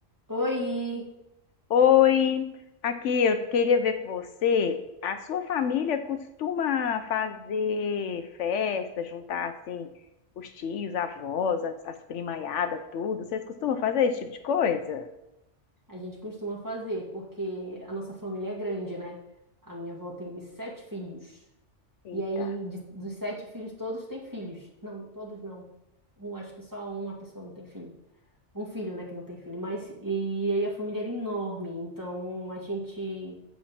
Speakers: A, on the right (about 15°); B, on the left (about 75°).
A: Oi!
B: Oi, aqui eu queria ver com você. A sua família costuma fazer festa, juntar assim os tios, avós, as, as primaiadas, tudo. Vocês costumam fazer esse tipo de coisa?
A: A gente costuma fazer, porque a nossa família é grande, né? A minha avó teve sete filhos.
B: Eita,
A: E aí, de- dos sete filhos, todos têm filhos. Não, todos não. Um, acho que só uma pessoa não tem filho. Um filho, né, que não tem filho. Mas, e aí a família era enorme. Então, a gente,